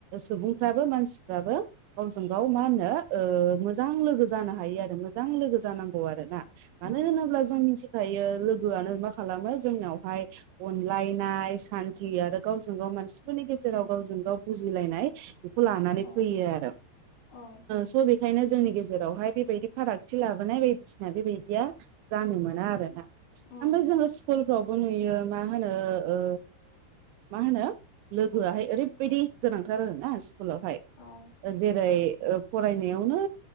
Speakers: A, on the right; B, on the left.
A: सुबुं फ्राबो मानसिफ्राबो गावजों गाव मा होनो ओ मोजां लोगो जानो हायो आरो मोजां लोगो लोगो जानांगौ आरो ना मानो
B: उम
A: होनोब्ला जों मिथिखायो लो गोआनो मा खालामो जोंनावहाय अनलायनाय सान्थि आरो गावजों गाव मानसिफोरनि गे जेराव गावजों गाव बुजिलायनाय बेखौ लानानै
B: औ
A: फैयो आरो
B: औ
A: स' बेखायनो जोंनि गेजेरावहाय बेबायदि फारागथि लाबोनाय बायदिसिना बेबायदिया जानो मोना आरोना
B: उम
A: ओमफाय जोङो स्कुलफ्रावबो नुयो मा होनो ओ मा होनो लोगोआहाय ओरैबायदि गोनांथार आरोना स्कुलावहाय
B: औ
A: जेरै ओ फरायनायावनो